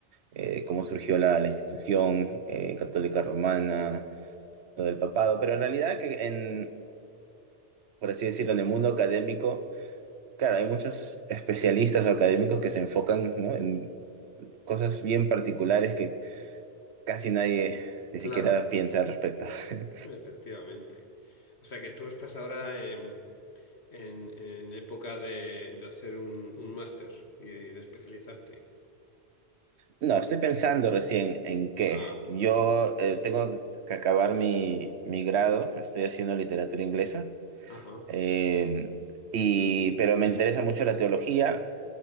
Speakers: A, on the right (about 75°); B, on the left (about 70°).
A: eh, cómo surgió la, la institución eh, católica romana, lo del papado, pero en realidad que en, por así decirlo, en el mundo académico, claro, hay muchos especialistas o académicos que se enfocan, ¿no? cosas bien particulares que casi nadie ni
B: Claro,
A: siquiera piensa al respecto. <laughs>
B: efectivamente. O sea que tú estás ahora en... en, en época de, de hacer un, un máster y de especializarte.
A: No, estoy pensando recién en qué.
B: Ah,
A: Yo eh, tengo que acabar mi, mi grado, estoy haciendo literatura inglesa,
B: ajá,
A: eh, y, pero me interesa mucho la teología